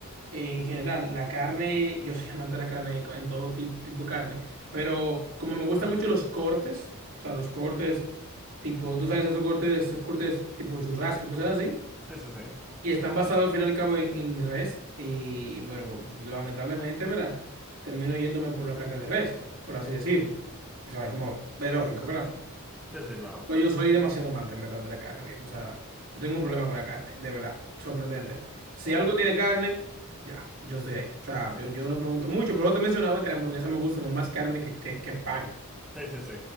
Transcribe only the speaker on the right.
eh, en general, la carne, yo soy amante de la carne, en todo ti- tipo de carne, pero como me gustan mucho los cortes, o sea, los cortes tipo, tú sabes, esos cortes, cortes tipo churrasco y cosas así,
y están basados al final y al cabo en, en res, y bueno, pues, pues, lamentablemente, ¿verdad? Termino yéndome por la carne de res, por así decirlo. O sea, es como, es lógico, ¿verdad?
No, yo soy demasiado amante, en verdad, de la carne, viejo. O sea, yo tengo un problema con la carne, de verdad, sorprendente. Si
algo tiene carne, ya, yo estoy ahí. O sea, yo, yo no pregunto mucho, pero te mencionaba que la hamburguesa me gusta con más carne que, que, que pan.